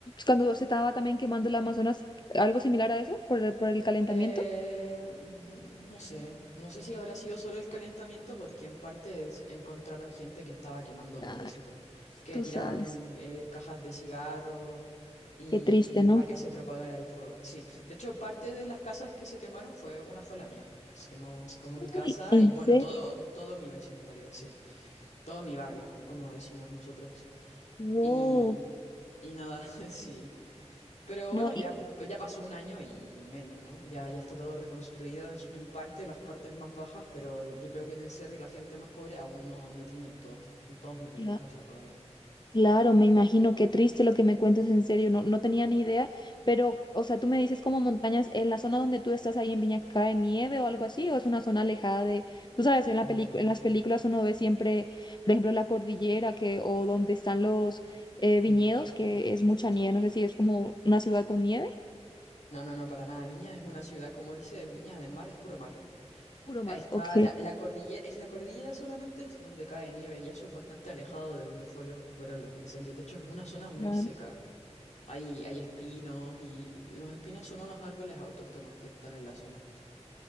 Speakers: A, on the left; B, on the left.
A: cuando se estaba también quemando el Amazonas, algo similar a eso, por el, por el calentamiento.
B: Eh, mm, no sé, no sé si habrá sido solo el calentamiento porque en parte es- encontraron gente que estaba quemando
A: Claro,
B: a propósito, que
A: tú
B: tiraban
A: sabes.
B: eh, cajas de cigarros y,
A: Qué triste,
B: y
A: ¿no?
B: para que se propagara el fuego. Sí, de hecho parte de las casas que se quemaron fue, una fue la mía, que se quemó, se quemó mi casa
A: Uy, ¿en
B: y bueno,
A: serio?
B: todo, todo mi vecindario, sí, todo mi barrio, ¿no? Como decimos nosotros.
A: Wow.
B: Y, y nada, <laughs> sí. Pero
A: No,
B: bueno, ya, ya, ya pasó un año y medio, ¿no? Ya, ya está todo reconstruido en, su- en parte, las partes más bajas, pero el- yo creo que en el Cerro y la gente más pobre aún no, no tiene, todos, todos no tienen
A: y,
B: casa todavía.
A: Claro, me imagino, qué triste lo que me cuentas en serio, no, no tenía ni idea, pero, o sea, tú me dices como montañas, en la zona donde tú estás ahí en Viña cae nieve o algo así, o es una zona alejada de, tú sabes, en la
B: No.
A: pelicu- en las películas uno ve siempre, por ejemplo, la cordillera que, o donde están los eh, viñedos,
B: No,
A: que es mucha nieve, no sé si es como una ciudad con nieve.
B: no, no, no, para nada. Viña es una ciudad, como dice, Viña del Mar es puro mar.
A: Puro mar.
B: Está
A: Ok,
B: la, la cordillera, es la cordillera solamente es donde cae nieve y eso es bastante alejado de donde fue los, fueron los incendios. De hecho, es una zona muy
A: claro.
B: seca. Hay, hay espinos y los espinos son unos árboles autóctonos que están en la zona.